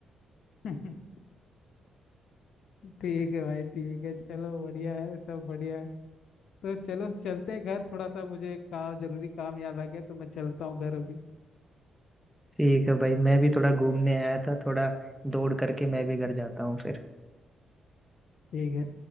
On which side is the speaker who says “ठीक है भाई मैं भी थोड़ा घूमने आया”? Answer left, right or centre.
Centre